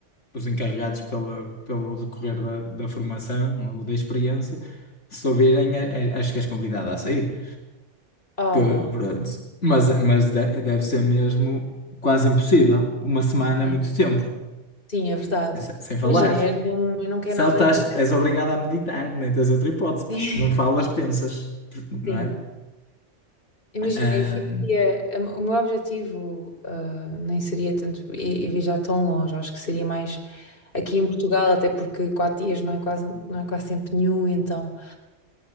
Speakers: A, on the left; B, on the left.
A: os encarregados pela, pelo decorrer da, da formação ou da experiência, se ouvirem, eh, eh, acho que és convidada a sair
B: Oh,
A: que,
B: uau.
A: pronto. Mas, mas de- deve ser mesmo quase impossível. Uma semana
B: Sim,
A: é muito tempo,
B: Sim, é verdade.
A: É se- sem falar.
B: Imagina, eu não, eu não quero
A: Se
B: nada
A: estás,
B: ir para.
A: és obrigado a meditar, nem tens outra hipótese, porque
B: <laughs>
A: se não falas, pensas, não
B: Sim.
A: é?
B: Imagina,
A: Ahm,
B: eu ficaria. O meu objetivo, ah, nem seria tanto ir, ir viajar tão longe. Acho que seria mais aqui em Portugal, até porque quatro dias não é quase, não é quase tempo nenhum. Então,